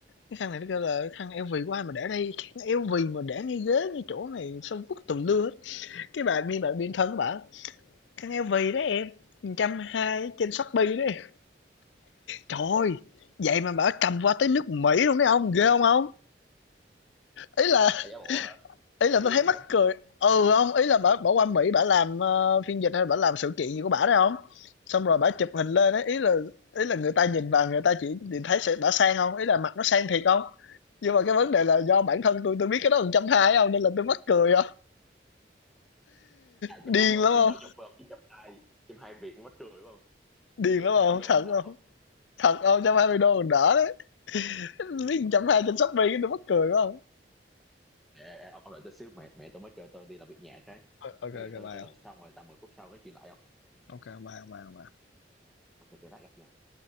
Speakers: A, on the left; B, in the centre.
A: Cái khăn này nó kêu là "Khăn LV của ai mà để đây? Khăn LV mà để ngay ghế, ngay chỗ này sao vứt tùm lưa hết?" Cái bà biên bà biên thân của bả Khăn eo vì đó em, 120 ở trên Shopee đó em. Trời ơi, vậy mà bảo cầm qua tới nước Mỹ luôn đấy ông, ghê không ông? Ý là
B: là giả bộ hả
A: ý
B: bởi
A: là tôi
B: vì
A: thấy
B: đó
A: mắc
B: hả
A: cười. Ừ không, ý là bảo bảo qua Mỹ bảo làm ờ, phiên dịch hay bảo làm sự kiện gì của bả đấy không? Xong rồi bảo chụp hình lên ấy, ý là ý là người ta nhìn vào người ta chỉ nhìn thấy sẽ bả sang không? Ý là mặt nó sang thiệt không? Nhưng mà cái vấn đề là do bản thân tôi tôi biết cái đó 120 không nên là tôi mắc cười không?
B: à
A: Điên
B: trăm hai đô
A: lắm
B: nghe
A: không?
B: đỡ nhục phải không chứ trăm hai trăm hai việt nghe mắc cười phải không
A: Điên
B: trăm
A: lắm
B: hai
A: không?
B: mươi đô
A: Thật
B: đỡ
A: không?
B: không
A: Thật không? một trăm hai mươi đô còn đỡ đấy. Biết 120
B: Ê,
A: trên Shopee cái tôi mắc cười quá không?
B: ê, ông, ông đợi tôi xíu mẹ mẹ tôi mới kêu tôi đi làm việc nhà trái
A: ok ok
B: bây giờ
A: ok
B: tôi
A: bye
B: tôi làm xong rồi tầm 10 phút sau nói chuyện lại không
A: ok bye bye bye
B: rồi trời trời đã gặp nhau